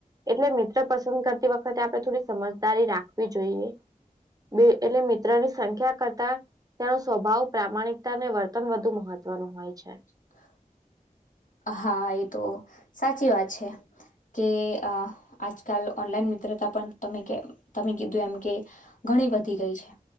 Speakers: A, on the right; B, on the left.
A: એટલે મિત્ર પસંદ કરતી વખતે, આપણે થોડી સમજદારી રાખવી જોઈએ. બે એટલે મિત્રની સંખ્યા કરતા તેનો સ્વભાવ પ્રામાણિકતાને, વર્તન વધુ મહત્વનું હોય છે.
B: હ. હા, એ તો સાચી વાત છે. જે આજકાલ ઓનલાઈન મિત્રતા પણ તમે તમે કીધું એમ કે ઘણી વધી ગઈ છે.